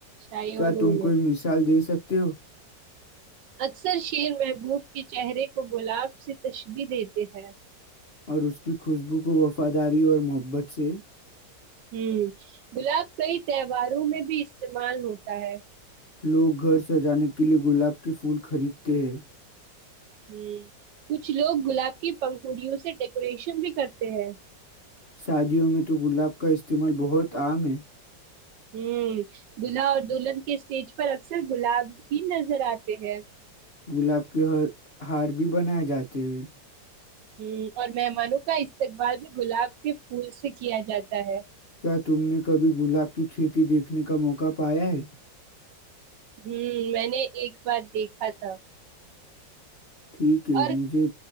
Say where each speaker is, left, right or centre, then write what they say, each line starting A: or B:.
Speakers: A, on the right; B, on the left.
A: شاعروں
B: کیا تم
A: نے
B: کوئی مثال دے سکتے ہو
A: اکثر شیر محبوب کے چہرے کو گلاب سے تشبیح دیتے ہیں
B: اور اس کی خوشبو کو وفاداری اور محبت سے
A: ہوں گلاب کئی تہواروں میں بھی استعمال ہوتا ہے
B: لوگ گھر سجانے کے لیے گلاب کے پھول خریدتے ہیں
A: ہ کچھ لوگ گلاب کی پنکڑیوں سے ڈیکوریشن بھی کرتے ہیں
B: شادیوں میں تو گلاب کا استعمال بہت عام ہے
A: ہوں دولہا اور دلہن کے اسٹیج پر اکثر گلاب ہی نظر آتے ہیں
B: گلاب کے ہر ہار بھی بنائے جاتے ہیں
A: ہ اور مہمانوں کا استقبال بھی گلاب کے پھول سے کیا جاتا ہے
B: کیا تم نے کبھی گلاب کی کھیتی دیکھنے کا موقع پایا ہے
A: ہوں میں نے ایک بار دیکھا تھا
B: ٹھیک ہے
A: اور
B: مجھے